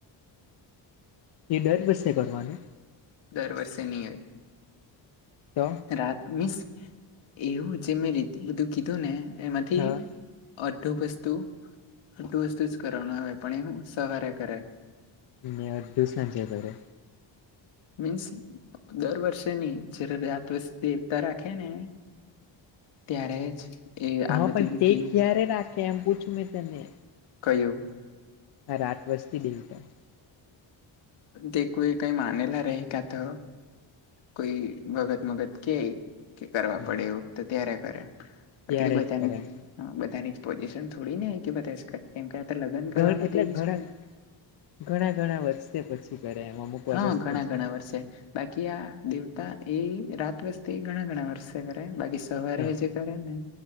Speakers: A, on the left; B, on the left.
A: એ દર વર્ષે કરવાનું?
B: દર વર્ષે ની હોય.
A: ત?
B: રાત મીસ એવું જે મેં રીત બીધું કીધું ને એમાંથી
A: હા
B: અઢું વસ્તુ અઢું વસ્તુ જ કરવાનું આવે પણ એ હું સવારે કરાય
A: ને અડધું સાંજે કરે
B: મીન્સ દર વર્ષે ની જયારે રાત વસ દેવતા રાખે ને. ત્યારે જ એ આ
A: હા
B: બધી
A: પણ
B: રીતે
A: તે ક્યારે રાખે? એમ પૂછું મેં તને
B: કયું?
A: હા રાત વજતી દેવતા
B: દેખું એ કઈ માનેલા રય કાતો કોઈ વગત મગત કેય કરવા
A: હમ
B: પડે એવું તો ત્યારે કરે બાકી
A: ત્યારે
B: તો બધાની
A: જ કરે એમ
B: બધાની પોઝિશન થોડી ને હોય કે બધા જ કરે કેમ કે આ લગન
A: ઘણ
B: કરવાનું
A: એટલે
B: તેવુ
A: ઘણા
B: જ
A: ઘણા ઘણા વર્ષે પછી કરે એમ અમુક વર્ષ
B: હા ઘણા
A: પછી
B: ઘણા વર્ષે બાકી આ દેવતા એ રાત વસ્તી ઘણા ઘણા વર્ષે કરે બગીસ સવારે
A: હા
B: જે કરે ને